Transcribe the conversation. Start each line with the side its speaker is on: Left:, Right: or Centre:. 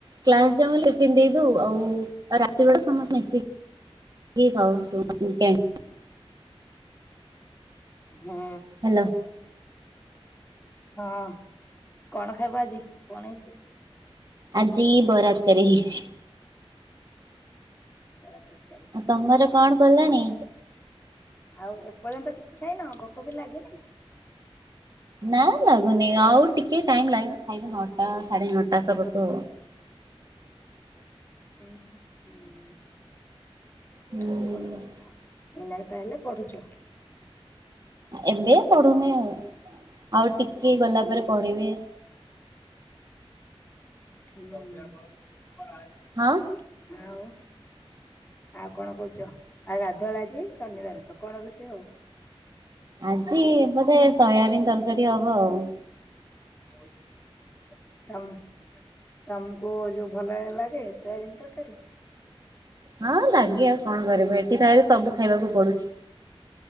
Right: କ୍ଲାସ୍ ଯାଉ ପିନ୍ଧି ଦେବୁ ଆଉ ଆଉ ରାତିବେଳା ସମସ୍ତେ ମିଶିକି ଖାଉ <unintelligible>
Left: ହୁଁ।
Right: ହ୍ୟାଲୋ।
Left: ହଁ କଣ ଖାଇବ ଆଜି, କଣ ହେଇଛି?
Right: ଆଜି ବରା ତକାରି ହେଇଛି।
Left: ବରା ତରକାରୀ!
Right: ଆଉ ତମର କଣ କଲଣି?
Left: ଆଉ ଏପର୍ଯ୍ୟନ୍ତ କିଛି ଖାଇନ, ଭୋକ ବି ଲାଗିନି?
Right: ନାଁ ଲାଗୁନି ଆଉ ଟିକେ ଟାଇମ ଲା ଖାଇବି ନଅଟା ସାଢେ ନଅଟା ପାଖା ପାଖି।
Left: ଉଁ ହୁଁ ହୁଁ
Right: ହୁଁ
Left: ଆଉ କଣ କରୁଛ? ଏଇନାକେ ତାହେଲେ ପଢୁଛ?
Right: ଏବେ ପଢୁନି ଆଉ ଆଉ ଟିକେ ଗଲା ପରେ ପଢିବେ
Left: ହୁଁ।
Right: ହଁ!
Left: ଆଉ? ଆଉ କଣ କହୁଛ ଆଉ ଗାଧୁଳା ଆଜି ଶନିବାରେ ତ କଣ ରୋଷେଇ ହବ?
Right: ଆଜି ବୋଧେ ସୋୟାବିିନ ତରକାରୀ ହବ ଆଉ।
Left: <inaudible> ତମ ତମକୁ ଯୋଉ ଭଲ <unintelligible> ଲାଗେ ସୋୟାବିିନ ତରକାରୀ?
Right: ହଁ ଲାଗେ ଆଉ କଣ କରିବି ଏଠି ଖାଇବା ସବୁ ଖାଇବାକୁ ପଡୁଛି।